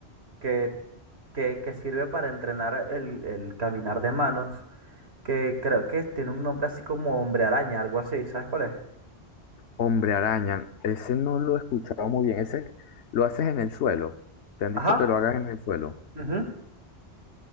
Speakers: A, on the right; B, on the left.
A: que, que, que sirve para entrenar el, el caminar de manos que creo que tiene un nombre así como Hombre Araña, algo así, ¿sabes cuál es?
B: Hombre araña, ese no lo he escuchado muy bien, ese lo haces en el suelo. Te han
A: Ajá,
B: dicho que lo hagas en el suelo.
A: ujú,